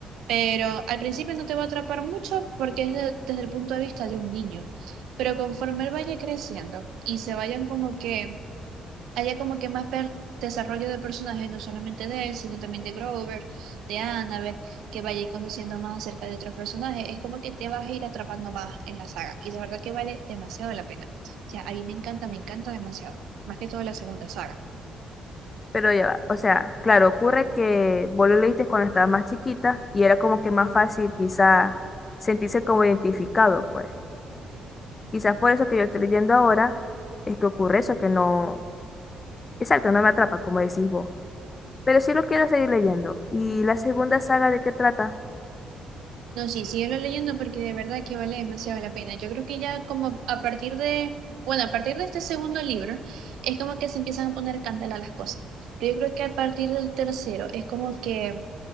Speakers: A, on the right; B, on the left.
A: Pero al principio no te va a atrapar mucho porque es de- desde el punto de vista de un niño. Pero conforme él vaya creciendo y se vayan como que haya como que más per- desarrollo de personajes, no solamente de él, sino también de Grover, de Annabeth, que vaya a ir conociendo más acerca de otros personajes. Es como que te vas a ir atrapando más en la saga y la verdad que vale demasiado la pena. O sea, a mí me encanta, me encanta demasiado. Más que todo la segunda saga.
B: Pero ya va, o sea, claro, ocurre que vos lo leíste cuando estaba más chiquita y era como que más fácil quizá sentirse como identificado, pues. Quizás por eso que yo estoy leyendo ahora es que ocurre eso, que no, exacto, no me atrapa, como decís vos. Pero sí lo quiero seguir leyendo. ¿Y la segunda saga de qué trata?
A: No, sí, síguelo leyendo porque de verdad que vale demasiado la pena. Yo creo que ya como a partir de, bueno, a partir de este segundo libro, es como que se empiezan a poner candela las cosas. Pero yo creo que a partir del tercero es como que